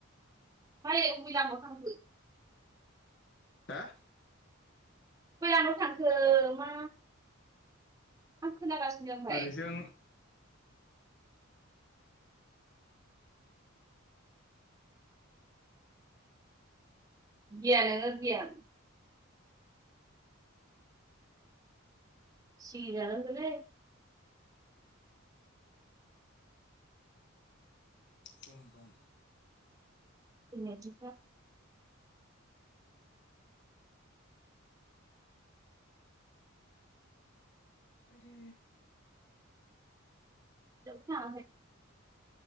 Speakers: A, on the right; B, on the left.
A: बाहेराव बबे लामायाव थांखो?
B: हा?
A: गय आनाव थांखो मा। आं खोनागासिनो ओमफाय?
B: ओरैजों
A: गिया नोंङो गिया। सिगिजागोन बोलैै।
B: दम दं।
A: थैनाया थिखा
B: आयदै
A: थाङाखै